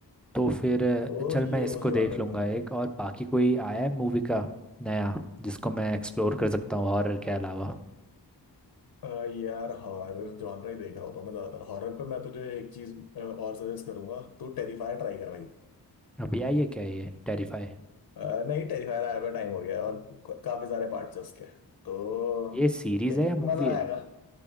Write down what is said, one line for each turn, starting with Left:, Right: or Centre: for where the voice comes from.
Centre: तो फिर अ,
Left: तो
Centre: चल
Left: ये
Centre: मैं इसको
Left: उस जॉनर
Centre: देख लूँगा
Left: की मूवी
Centre: एक और बाकी कोई आया है मूवी का नया जिसको मैं एक्सप्लोर कर सकता हूँ हॉरर के अलावा
Left: अ, यार हॉरर जॉनर ही देख रहा होता हूँ मैं ज्यादातर हॉरर पे मैं तुझे एक चीज अ, और सजेस्ट करूंगा तू टेरिफायर ट्राई कर भाई
Centre: अभी आई है क्या ये टेरिफाई
Left: अ, नहीं टेरिफायर आया हुआ टाइम हो गया है और क- काफी सारे पार्ट्स हैं उसके तो
Centre: ये सीरीज
Left: देख
Centre: है या
Left: मजा
Centre: मूवी है
Left: आएगा